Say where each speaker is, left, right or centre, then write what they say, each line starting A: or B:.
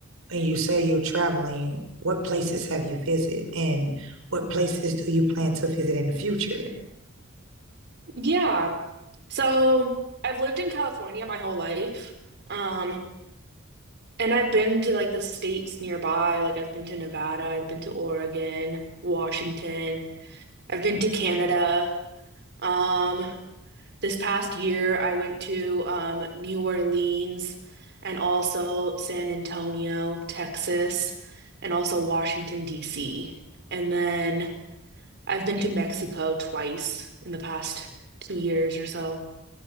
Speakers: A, on the right (about 80°); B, on the right (about 55°).
A: and you say you're traveling, what places have you visited and what places do you plan to visit in the future?
B: Yeah, So I've lived in California my whole life. Um, and I've been to like the states nearby. Like I've been to Nevada, I've been to Oregon, Washington, I've been to Canada. Um, this past year I went to um New Orleans and also San Antonio, Texas, and also Washington, D.C. And then I've been to Mexico twice in the past two years or so.